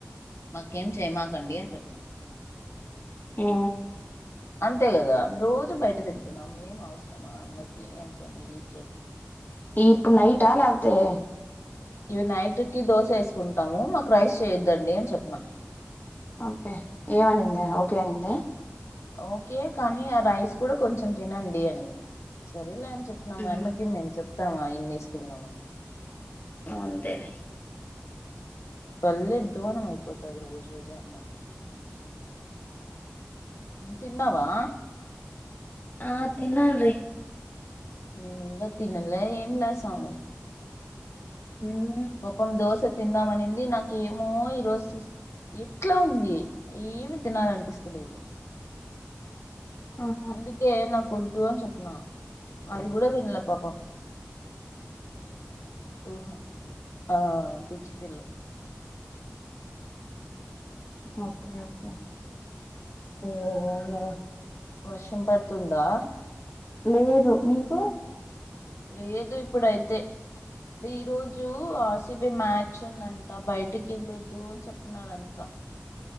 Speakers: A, on the left; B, on the left.
A: మాకేం చేయమాకండి చె అ
B: ఆ
A: అంతే కదా రోజు బయట తి నమ్ మేం అవసరమా అన్మకి ఎంత మిగిలి
B: ఈ ఇప్పు నైటా లే తే
A: ఇవి నైట్ కి దోశ ఏసుకుంటాము. మాక్ రైస్ చేయొద్దండి, అని చెప్నా
B: అంతే ఏవనిందా ఓకే అనింద
A: ఓకే కానీ ఆ రైస్ కూడా కొంచెం తినండి. అని సర్లేన్ చెప్పిన
B: ఉమ్
A: మా యామ్మకి మేము చెప్పు. ఇత్తామా ఇన్నేసుకున్నామని.
B: అంతేలే.
A: భలే అద్వానమైపోతది రోజురోజుకి తిన్నావా.
B: ఆహ్ తిన్నాంలే
A: నేనింకా తినలే ఏంలే స్వామి.
B: ఉమ్
A: ఒప్పం దోశ తిందామనింది నాకేమో ఈరోజు సుస్ ఎట్లా ఉంది ఏమి తినాలనిపిస్తలేదు.
B: ఆహా
A: అందుకే నాప్ వొద్దు అని చెప్పిన అది కూడా తినలే పాపం. ఓహో ఆహ్ చ్చఫిలో
B: ఓకే ఓకే ఓ అందరం
A: వర్షం పడుతుందా.
B: లేదు మీకు
A: లేదు ఇప్పుడైతే ఈ రోజు ఆర్ సి బి మ్యాచ్ ఉందంట బయటికి వెళ్ళొద్దు అని చెప్తున్నారంతా.